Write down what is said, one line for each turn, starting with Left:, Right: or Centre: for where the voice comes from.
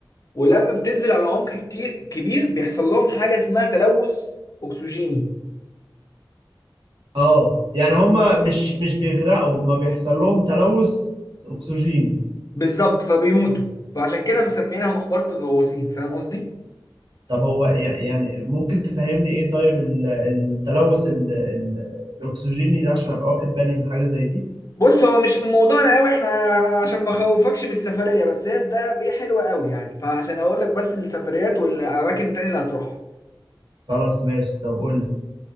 Left: ولما بتنزل على عمق كتير كبير بيحصل لهم حاجه اسمها تلوث اكسجيني
Right: اه يعني هم مش مش بيغرقوا هم بيحصل لهم تلوث اكسجين
Left: بالظبط فبيموتوا فعشان كده مسمينها مقبره الغواصين فاهم قصدي
Right: طب هو يع- يعني ممكن تفهمني ايه طيب ال- التلوث ال- ال- الاكسجيني ده عشان ابقى واخد بالي من حاجة زي دي
Left: بص هو مش في موضوعنا قوي احنا عشان ما اخوفكش من السفريه بس هي ده ايه حلوه قوي يعني فعشان اقول لك بس السفريات والاماكن التانيه اللي هتروحها
Right: خلاص ماشي طب قول لي